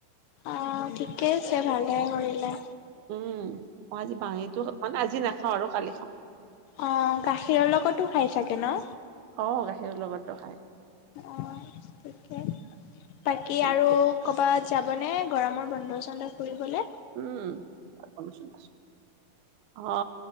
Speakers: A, on the left; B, on the right.
A: অ', ঠিকে আছে, ভালেই কৰিলে।
B: উ, ম‌ই আজি বাঙীটো মানে আজি নাখাওঁ আৰু কালি খাম।
A: অ' গাখীৰৰ লগতো খাই চাগে ন
B: অ' গাখীৰৰ লগতো খাই
A: অ' ঠিকে বাকী
B: মোৰ
A: আৰু
B: ভোক
A: কৰবাত যাবনে গৰমৰ বন্ধ চন্ধ ফুৰিবলে
B: উম অ